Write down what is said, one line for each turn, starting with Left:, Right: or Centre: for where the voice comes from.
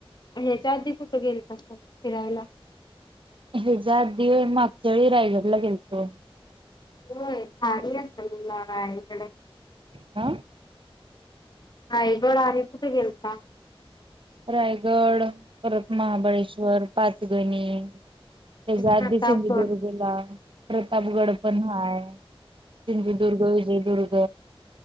Left: हेच अर्धी कुठे गेले अससताना फिरायला?
Right: हच्या आधी मागच्यावेळी रायगडला गेलतोय.
Left: होय भारी <unintelligible> अलीकडे
Right: आ
Left: रायगड आणि कुठ गेलता.
Right: रायगड परत महाबळेश्वर, पाचगणी त्याच्या आधी
Left: प्रतापगड.
Right: सिंधुदुर्गला प्रतापगड पण हाय. सिंधुदुर्ग, विजयदुर्ग,